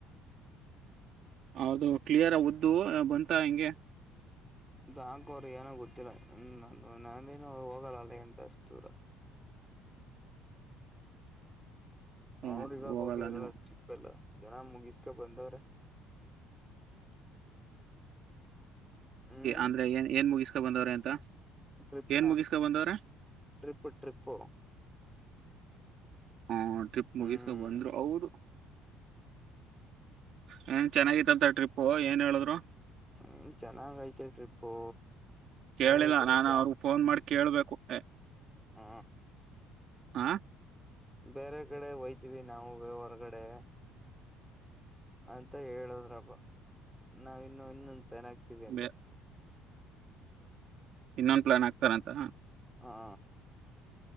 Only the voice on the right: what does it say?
ಹೌದು ಕ್ಲಿಯರ್ ಉದ್ದು ಬಂತ ಹೆಂಗೆ
ಹ್ಮ್
ಹೋಗಲ್ಲ
ನೀವು
ಅಂದ್ರೆ ಏನ್ ಏನ್ ಮುಗಿಸಸ್ಕೊ ಬಂದವ್ರ ಅಂತ
ಏನ್ ಮುಗಿಸ್ಕ ಬಂದವ್ರ.
ಹ ಟ್ರಿಪ್
ಮುಗಿಸ್ಕೊಂಡ ಬಂದ್ರು ಹೌರು. ಹ್ಮ್ ಚೆನ್ನಾಗಿತ್ತಂತ ಟ್ರಿಪ್ ಏನ್ ಹೇಳಿದ್ರು.
ಕೇಳಿಲ್ಲ
ನಾನ್
ಅವ್ರಗ್ ಫೋನ್ ಮಾಡಿ ಕೇಳ್ಬೇಕು. ಏ,
ಹಾ
ಹಾ
ಇನ್ನೊಂದು ಪ್ಲಾನ್ ಆತಾರ ಅ.